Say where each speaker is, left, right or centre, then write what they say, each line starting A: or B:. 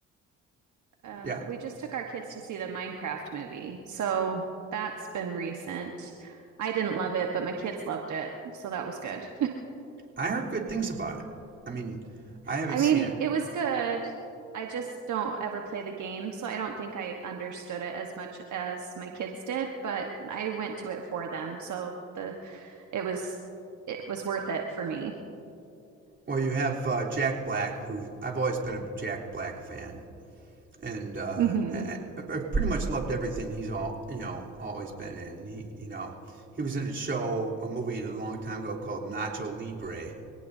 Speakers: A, on the right (about 65°); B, on the right (about 35°).
A: um,
B: yeah,
A: we just took our kids to see the Minecraft movie. So that's been recent. I didn't love it, but my kids loved it. So that was good.
B: I heard good things about it. I mean,
A: <laughs>
B: I haven't
A: I
B: seen
A: mean,
B: it.
A: it was good. I just don't ever play the game. So I don't think I understood it as much as my kids did, but I went to it for them. So the it was it was worth it for me.
B: Well, you have uh, Jack Black, who I've always been a Jack Black fan, and uh,
A: hmm
B: I, I've pretty much loved everything he's all you know always been in. He, you know, he was in a show, a movie a long time ago called Nacho Libre,